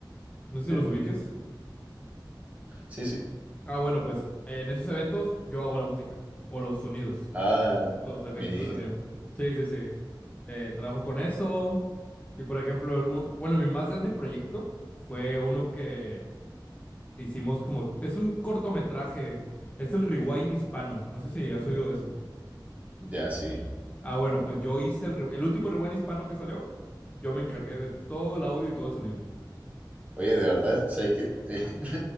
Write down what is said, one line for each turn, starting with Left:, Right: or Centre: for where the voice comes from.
Left: No sé
Right: ya.
Left: si los ubiques.
Right: Sí, sí.
Left: Ah, bueno, pues en esos eventos yo hago la música o los sonidos,
Right: Ah,
Left: los, los efectos
Right: mira.
Left: de sonido. Sí, sí, sí. Eh, trabajo con eso. Y por ejemplo, el un- bueno, mi más grande proyecto fue uno que hicimos como... Es un cortometraje. Es el Rewind Hispano. No sé si has oído de eso.
Right: Ya, sí.
Left: Ah, bueno, pues yo hice el, re- el último Rewind Hispano que salió. Yo me encargué de todo el audio y todo el sonido.
Right: Oye, de verdad, ¿sabes qué? <laughs>